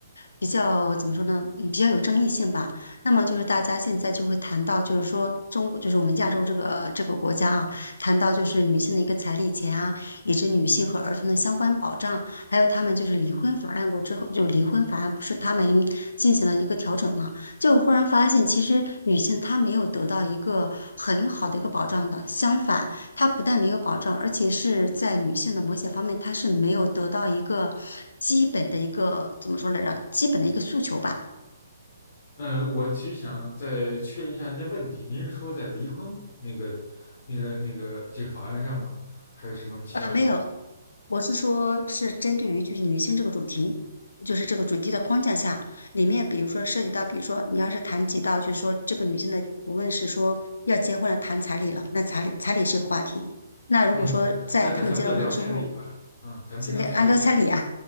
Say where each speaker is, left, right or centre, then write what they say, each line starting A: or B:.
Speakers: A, on the left (about 65°); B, on the left (about 45°).
A: 比较怎么说呢，嗯，比较有争议性吧。那么就是大家现在就会谈到，就是说中国，就是我们亚洲这个这个国家啊，谈到就是女性的一个彩礼钱啊，以及女性和儿童的相关保障。还有他们就是离婚法案过之后，就离婚法案不是他们进行了一个调整嘛？就忽然发现，其实女性她没有得到一个很好的一个保障的，相反，她不但没有保障，而且是在女性的某些方面，她是没有得到一个基本的一个怎么说来着？基本的一个诉求吧。
B: 呃，我其实想再确认一下您的问题，您是说在离婚那个、那个、那个这个法案上吗？还是什么其他法案？
A: 呃，没有，我是说，是针对于就是女性这个主题，就是这个主题的框架下，里面比如说涉及到，比如说你要是谈及到，就是说这个女性的，无论是说要结婚了，谈彩礼了，那彩礼彩礼是个话题。那如果说在他们结了婚之后，
B: 嗯，那那咱们就聊彩礼吧。啊、咱们先聊彩礼，
A: 是按照彩礼啊，
B: 要不然，